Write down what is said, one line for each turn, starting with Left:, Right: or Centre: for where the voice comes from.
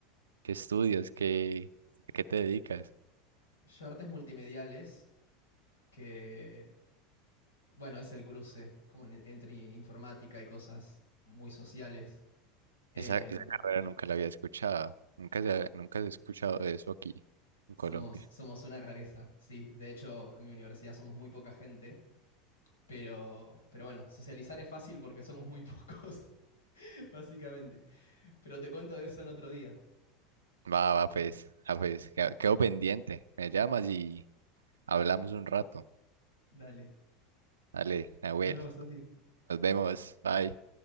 Right: ¿Qué estudias? ¿Qué, a qué te dedicas?
Left: Yo artes multimediales, que bueno, es el cruce como en- entre informática y cosas muy sociales. Eh,
Right: Esa, esa carrera nunca la había escuchado. Nunca se, ha- nunca se ha escuchado de eso aquí en
Left: Somos,
Right: Colombia.
Left: somos una rareza, sí. De hecho, en mi universidad somos muy poca gente, pero, pero bueno, socializar es fácil porque somos muy pocos, <laughs> básicamente. Pero te cuento de eso en otro día.
Right: Va, va, pues, ah, pues, que- quedo pendiente. Me llamas y hablamos un rato.
Left: Dale.
Right: Dale, Nahuel,
Left: Nos vemos, Santi.
Right: nos vemos. Bye.